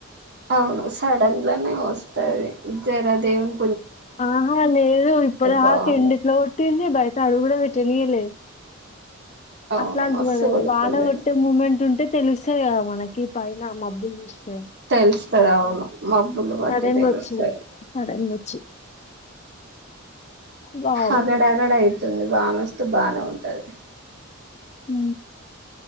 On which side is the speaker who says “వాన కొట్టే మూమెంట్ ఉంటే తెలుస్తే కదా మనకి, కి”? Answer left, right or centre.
Left